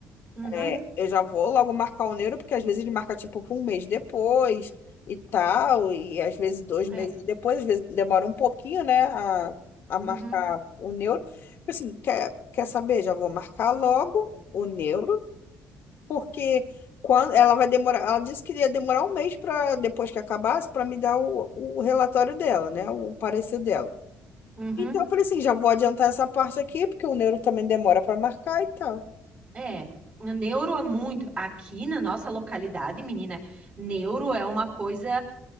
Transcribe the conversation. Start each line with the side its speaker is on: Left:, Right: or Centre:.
Right: Uhum.
Left: é, eu já vou logo marcar o neuro, porque às vezes ele marca tipo um mês depois e tal, e às vezes dois meses
Right: É.
Left: depois, às vezes demora um pouquinho, né, a, a
Right: Uhum.
Left: marcar o neuro. Eu falei Assim, quer, quer saber? Já vou marcar logo o neuro porque quando ela vai demorar, ela disse que ia demorar um mês para depois que acabasse para me dar o, o relatório dela, né, o parecer dela.
Right: Uhum.
Left: Então eu falei assim, já vou adiantar essa parte aqui, porque o neuro também demora para marcar e tal.
Right: É, neuro é muito. Aqui na nossa localidade, menina, neuro é uma coisa